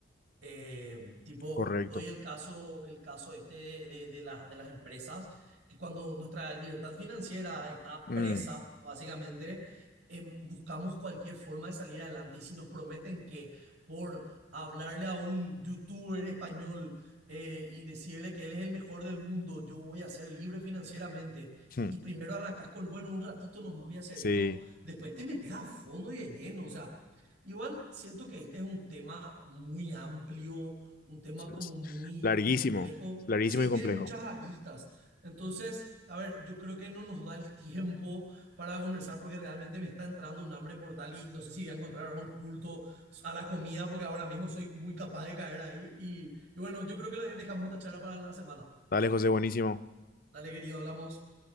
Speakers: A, on the right (about 60°); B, on the left (about 45°).
A: eh, tipo,
B: correcto.
A: doy el caso, el caso este de, de las- de las empresas, que cuando nuestra libertad financiera está
B: Mm,
A: presa, básicamente, em, buscamos cualquier forma de salir adelante. Y si nos prometen que por hablarle a un youtuber español eh, y decirle que él es el mejor del mundo, yo voy a ser libre financieramente.
B: hmm,
A: Y primero arrancas con, bueno, un ratito nomás voy a hacer
B: sí,
A: esto, después te metes a fondo y de lleno, o sea, Igual siento que este es un tema muy amplio, un tema como
B: es
A: muy
B: larguísimo,
A: complejo.
B: larguísimo
A: Sí,
B: y complejo.
A: tiene muchas aristas. Entonces, a ver, yo creo que no nos da el tiempo para conversar porque realmente me está entrando un hambre mortal y no sé si voy a encontrar ahora un culto a la comida porque ahora mismo soy muy capaz de caer ahí. Y, y bueno, yo creo que le dejamos esta charla para la semana.
B: Dale, José, buenísimo.
A: Dale, querido, hablamos.